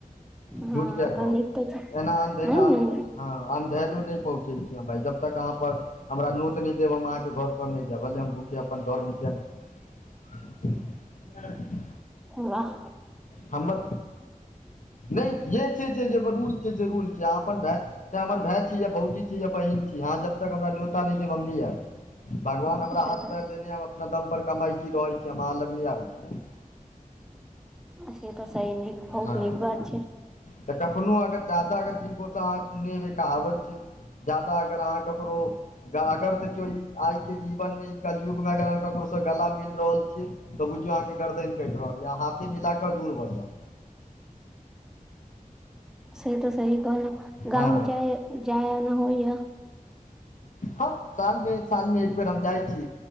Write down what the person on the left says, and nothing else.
झूट कियै कहु
एना अन्ध <unintelligible>
हँ अन्धेलो नहि पहुँचे छी भाय जब तक अहाँ पर हमरा नोट नै देब हम अहाँके घर पर नहि जायभ हम भले हम भूखे अपन घरमे किये नहि
हमर नहि जे छै रूल छै रूल छै अपन भाय चाहे हमर भाय छै भउजी छी या बहीन छी अहाँ जब तक हमरा न्योता नहि देब हम नै ऐव भगवान हमरा
हाथ
पैर देने ऐ हम अपना दम पर कमाइ छी रहै छी हम अहाँ लग नहि आबै छी
हँ
तऽ कखनो अगर ज्यादा अगर किनबौ तऽ अहाँनेबैके कहाबत छै जादा अगर अहाँ ककरो अगर देखियौ आइ के जीवन मे कलयुग मे अगर अहाँ ककरो गला मिल रहल छियै तऽ बुझियौ अहाँके गर्दन कटि रहल यै हाथे मिलाके दूर भऽ जाउ
हँ
हँ साल मे सालमे एक बेर हम जाइ छी